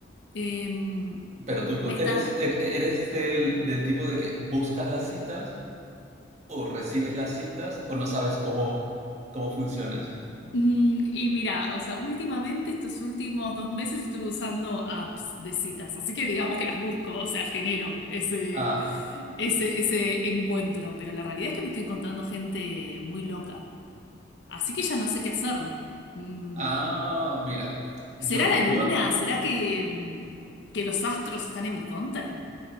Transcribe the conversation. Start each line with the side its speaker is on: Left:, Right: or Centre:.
Left: Eh, me
Right: Pero tú
Left: está...
Right: eres, er- eres del, del tipo de que buscas las citas o recibes las citas o no sabes cómo, cómo funcionas.
Left: Mm, y mira, o sea, últimamente, estos últimos dos meses estuve usando apps de citas, así que digamos que las busco, o sea, genero ese,
Right: Ah,
Left: ese, ese encuentro, pero la realidad es que me estoy encontrando gente muy loca, así que ya no sé qué hacer. Mm,
Right: ah, mira, yo,
Left: ¿será la luna?
Right: yo,
Left: ¿Será que, mm, que los astros están en mi contra?